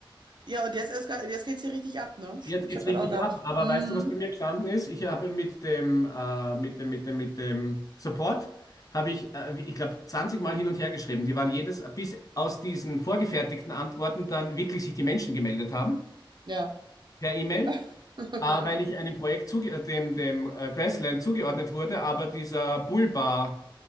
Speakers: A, on the right (about 55°); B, on the left (about 40°).
A: Ja, und jetzt, eska- jetzt geht's hier richtig ab, ne?
B: Jetzt
A: Ich
B: geht's
A: habe
B: richtig
A: das auch gehabt.
B: ab. Aber
A: Mhm.
B: weißt du, was bei mir gestanden ist? Ich habe mit dem, äh, mit dem, mit dem, mit dem Support, habe ich, äh, ich glaube, 20 Mal hin und her geschrieben. Die waren jedes, bis aus diesen vorgefertigten Antworten dann wirklich sich die Menschen gemeldet haben
A: Ja.
B: per E-Mail.
A: <laughs>
B: Äh, weil ich einem Projekt zuge äh, dem, dem äh, Grassland zugeordnet wurde, aber dieser Bullbar,